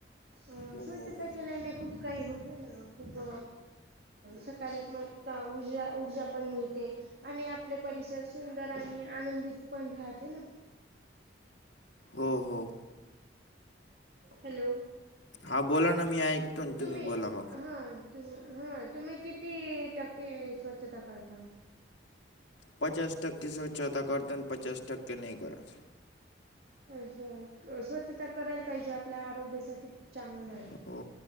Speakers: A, on the right; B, on the left.
A: अ
B: हो
A: स्वच्छता
B: हो हो
A: केल्याने खूप काही होत ना खूप सकारात्मक ऊर्जा ऊर्जा पण मिळते आणि आपले परिसर सुंदर आणि आनंदित पण राहते ना
B: हो हो
A: हॅलो
B: हां बोला ना मी ऐकतो ना
A: तुम्ही
B: बोला मग
A: हा तुम् हां तुम्ही किती टक्के स्वच्छता करता
B: पचास टक्के स्वच्छता करत पचास टक्के नाही करत
A: अं स्वच्छता करायला पाहिजे आपल्या आरोग्यासाठी खूप चांगलं आहे
B: हो